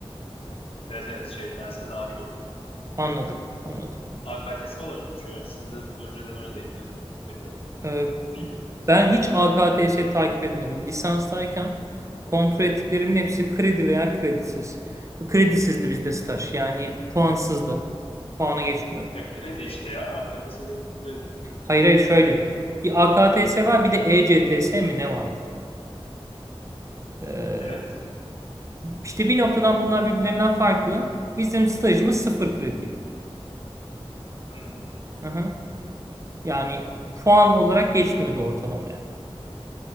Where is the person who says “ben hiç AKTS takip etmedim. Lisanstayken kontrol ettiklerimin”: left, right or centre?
Right